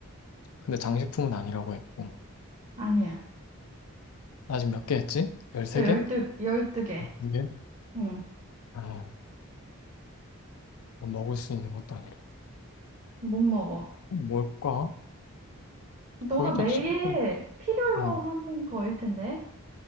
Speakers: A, on the left (about 75°); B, on the right (about 30°).
A: 근데 장식품은 아니라고 했고.
B: 아니야.
A: 나 지금 몇 개 했지? 13개?
B: 너 열두, 열두 개.
A: 두 개?
B: 응,
A: 아, 뭐 먹을 수 있는 것도 아니라.
B: 못 먹어.
A: 뭘까?
B: 너가
A: 거의
B: 매일
A: 다 지나고.
B: 필요로
A: 어.
B: 하는 거일 텐데.